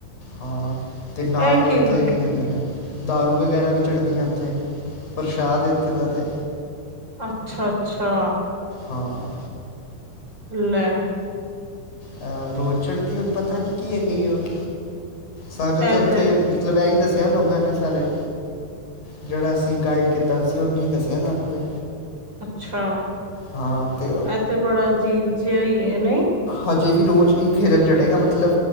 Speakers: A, on the left; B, on the right.
A: ਹਾਂ, ਤੇ ਨਾਲ
B: ਇਹ
A: ਉੱਥੇ
B: ਗੱਲ
A: ਕੀ ਕਹਿੰਦੇ ਨੇ, ਦਾਰੂ ਵਗੈਰਾ ਵੀ ਚੜ੍ਹਦੀਆਂ ਉੱਥੇ। ਪ੍ਰਸ਼ਾਦ ਏ ਉੱਥੇ ਦਾ ਤੇ,
B: ਅੱਛਾ-ਅੱਛਾ
A: ਹਾਂ।
B: ਲੈ
A: ਅ, ਰੋਜ਼ ਚੜ੍ਹਦੀ, ਹੁਣ ਪਤਾ ਨੀ ਕੀ ਹੈਗੀ ਉਹ, ਸਾਰੇ
B: ਇਹ
A: ਤਾਂ ਓਥੇ
B: ਤੇ
A: ਮਤਲਬ ਇਹ ਈ ਦੱਸਿਆ ਲੋਕਾਂ ਨੇ ਸਾਰੇ ਜਿਹੜਾ ਅਸੀ ਗਾਈਡ ਕੀਤਾ ਸੀ ਉਹਨੇ ਈ ਦੱਸਿਆ ਸਾਨੂੰ ਤੇ
B: ਅੱਛਾ
A: ਹਾਂ ਅਤੇ
B: ਐ ਤੇ ਬੜਾ ਅਜੀਬ ਜਿਹਾ ਈ ਏ ਨਹੀਂ
A: ਹਜੇ ਵੀ ਰੋਜ਼ ਇਕ ਹੀਰਨ ਚੜ੍ਹੇਗਾ ਮਤਲਬ